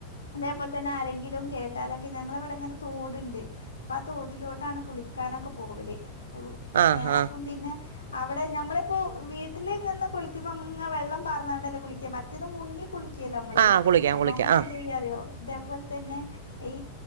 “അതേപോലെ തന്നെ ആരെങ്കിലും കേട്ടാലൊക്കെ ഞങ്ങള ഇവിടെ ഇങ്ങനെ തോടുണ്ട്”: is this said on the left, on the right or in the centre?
Left